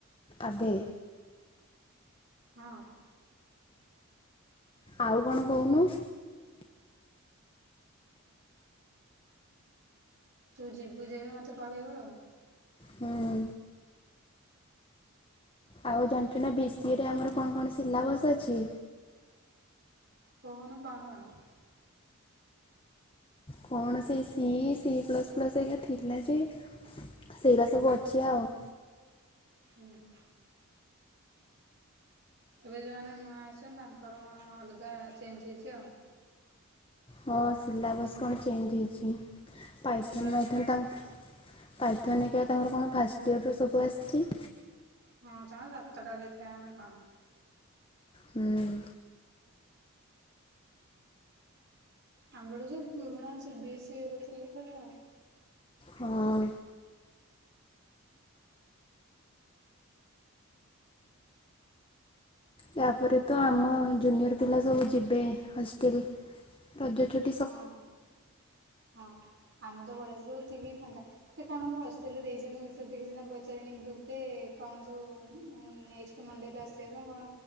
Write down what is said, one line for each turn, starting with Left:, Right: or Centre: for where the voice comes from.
Left: ଆବେ
Right: ହଁ
Left: ଆଉ କଣ କହୁନୁ।
Right: ତୁ ଯିବୁ ଯେବେ ମତେ କହିବୁ ଆଉ
Left: ହୁଁ ଆଉ ଜାଣିଚୁ ନା ବିସିଇ ରେ ଆମର କଣ କଣ ସିଲାବସ ଅଛି?
Right: କହୁନୁ କଣ କଣ?
Left: କଣ ସେଇ ସି ସି ପ୍ଲସ୍ ପ୍ଲସ୍ ହେକା ଥିଲା ଯେ ସେଇରା ସବୁ ଅଛି ଆଉ।
Right: ହୁଁ ହୁଁ ଏବେ ଯଉମାନେ ନୂଆ ଆସିଚନ୍ତି ତାଙ୍କର କଣ ଅଲଗା ଚେଞ୍ଜ ହେଇଚି ଆଉ।
Left: ହଁ, ସିଲାବସ୍ କଣ ଚେଞ୍ଜ୍ ହେଇଚି ପାଇଥନ୍
Right: ନୂଆ ଯୋଉମାନେ
Left: ଫାଇଥନ୍
Right: ଆସିଛନ୍ତି
Left: ତାଙ୍କ ପାଇଥନ୍ ହେରିକା ତାଙ୍କର କଣ ଫାଷ୍ଟ ଇୟର୍ର ରୁ ସବୁ ଆସିଛି।
Right: ହଁ, ତାଙ୍କର ସାତଟା ଲେଖାଏ ନା କଣ?
Left: ହୁଁ
Right: ଆମ ବେଳକୁ ବି ପୁରୁଣା ସି ବି ଏସି ରେ ଥିଲା ସେଟା।
Left: ହଁ ତାପରେ ତ ଆମ ଜୁନିୟର ପିଲା ସବୁ ଯିବେ ହଷ୍ଟେଲ ରଜ ଛୁ
Right: ହଁ ହଁ ଆମେ ତ ପଳେଆସୁଲୁ ଏତିକି ଫାଙ୍କା ସେ କଣ ଗୋଟେ ହଷ୍ଟେଲରେ ଦେଇଛନ୍ତି ମେସେଜ ଦେଖିଚୁନା ବଇତରଣୀ ଗ୍ରୁପରେ କଣ ସବୁ ମୁଁ ନେକ୍ସ ସ ମଣ୍ଡେରେ ଆସିବା ପାଇଁ କଣ